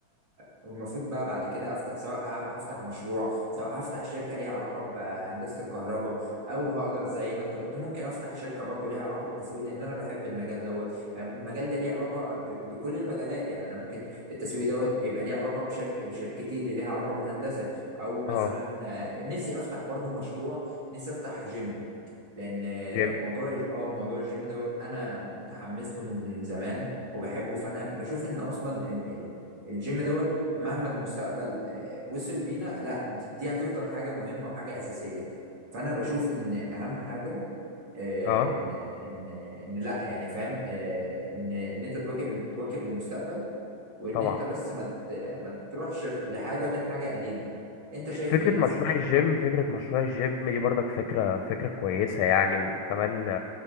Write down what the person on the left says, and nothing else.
أه
جيم
أه
طبعا
فكرة
مشروع الجيم فكرة مشروع الجيم دي برضك فكرة فكرة كويسة يعني وكمان